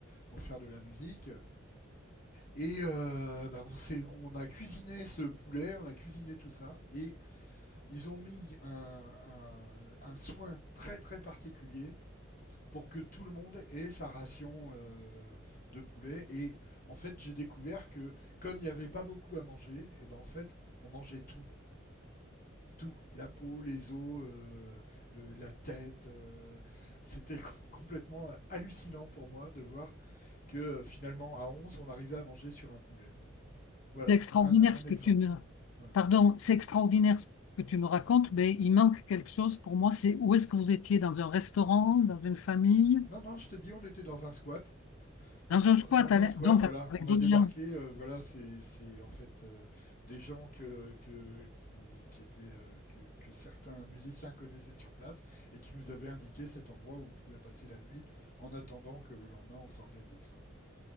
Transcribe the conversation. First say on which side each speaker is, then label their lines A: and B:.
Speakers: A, on the left; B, on the left.
A: pour faire de la musique. Et euh, bah, on, s'est- on a cuisiné ce poulet, on a cuisiné tout ça, et ils ont mis un, un- un soin très très particulier pour que tout le monde ait sa ration euh, de poulet. Et en fait, j'ai découvert que comme il n'y avait pas beaucoup à manger, et ben en fait, on mangeait tout tout, la peau, les os, euh, le- la tête. euh, C'était complètement euh, hallucinant pour moi de voir que euh, finalement à 11, on arrivait à manger sur un poulet. Voilà,
B: C'est extraordinaire
A: un, un
B: ce
A: exemple.
B: que tu me...
A: Voilà.
B: Pardon, c'est extraordinaire ce que tu me racontes, mais il manque quelque chose pour moi. C'est où est-ce que vous étiez? Dans un restaurant, dans une famille?
A: Non, non, je te dis, on était dans un squat.
B: Dans un
A: Dans,
B: squat,
A: dans
B: à
A: un
B: l'in-
A: squat,
B: donc
A: voilà,
B: avec
A: on a
B: d'autres
A: débarqué,
B: gens.
A: euh, voilà, c'est c'est en fait euh, des gens que, que, qui, qui étaient, euh, que, que certains musiciens connaissaient sur place et qui nous avaient indiqué cet endroit où on pouvait passer la nuit en attendant que le lendemain on s'organise, quoi.